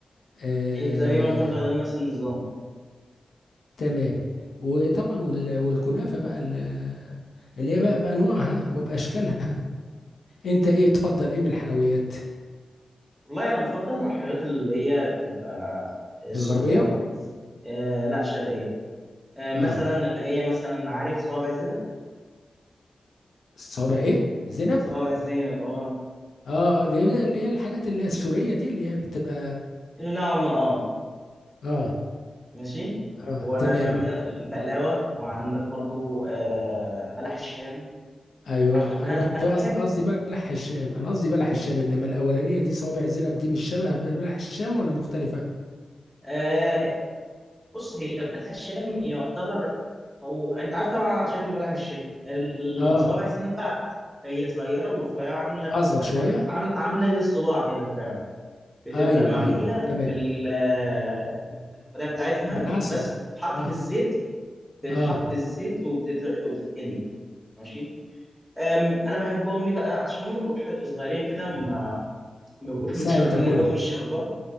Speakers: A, on the left; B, in the centre.
A: آه...
B: هي تقريبا برضه غير نفس النظام
A: تمام وطبعا وال... والكنافة بقى ال- اللي هي بقى بأنواعها وبأشكالها انت ايه تفضل ايه من الحلويات
B: والله انا بفضل المحلات اللي هي بتبقى الصغيره
A: الغربيه
B: بز- آه لا شرقيه آه مثلا
A: اه
B: اللي هي مثلا عارف صوابع زينب
A: الصوابع ايه زينب
B: صوابع زينب اه
A: اه اللي هي اللي هي الحاجات اللي هي السوريه دي اللي هي بتبقى
B: اللي نوعا ما اه
A: اه
B: ماشي
A: اه
B: والبقلاوه
A: تمام
B: وعندك برضو آه بلح الشام
A: ايوه
B: عموماً انا
A: انا كنت
B: انا بحب
A: قص- قصدي بلح الشام انا قصدي بلح الشام انما الاولانيه دي صوابع زينب دي مش شبه بلح الشام ولا مختلفه
B: آه، بص هي بلح الشام يعتبر هو انت عارف طبعا شكل بلح الشام
A: اه
B: الصوابع الزينب بقى هي صغيره والرفيعه عامله
A: اصغر شويه
B: عام- عامله زي الصباع كده فعلا بتبقى
A: ايوه
B: معموله
A: ايوه تمام
B: بالطريقه بتاعتها
A: بالعسل
B: بس بتتحط
A: اه
B: في الزيت بتتحط
A: اه
B: في الزيت وبتت... وبتتقلي ماشي أم، انا بحبهم ليه بقى عشان هم بيبقوا ح- صغيرين كده وما ما بيبقوش
A: سهل
B: متشربين
A: تاكلهم
B: قوي مش شربان